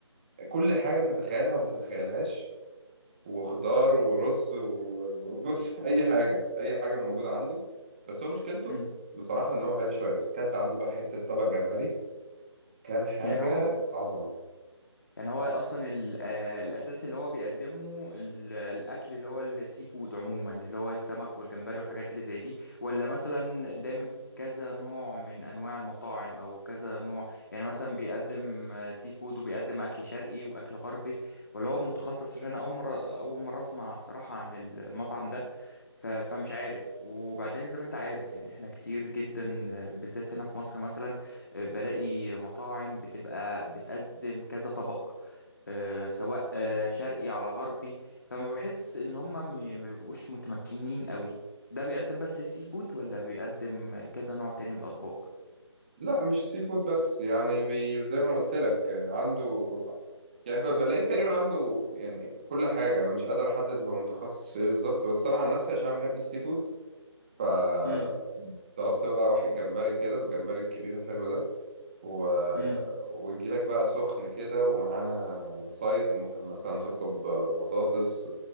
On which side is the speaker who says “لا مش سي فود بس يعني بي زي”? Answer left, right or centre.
Right